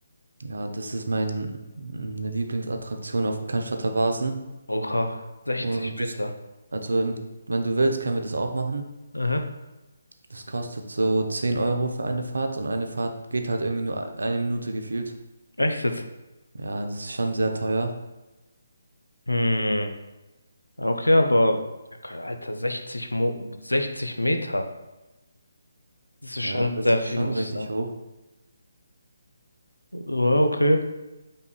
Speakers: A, on the right; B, on the left.
A: Ja, das ist mein, meine Lieblingsattraktion auf dem Cannstatter Wasen.
B: Oha. 60
A: Und
B: Meter.
A: das, also in- wenn du willst, können wir das auch machen.
B: Aha.
A: Das kostet so 10 Euro für eine Fahrt und eine Fahrt geht halt irgendwie nur e-, eine Minute gefühlt.
B: Echt jetzt?
A: Ja, das ist schon sehr teuer.
B: Hm. Okay, aber ja, keine- Alter, 60 Mo 60 Meter. Das ist
A: Ja,
B: schon
A: das
B: sehr viel,
A: ist schon
B: muss
A: richtig
B: ich sagen.
A: hoch.
B: Ja, okay.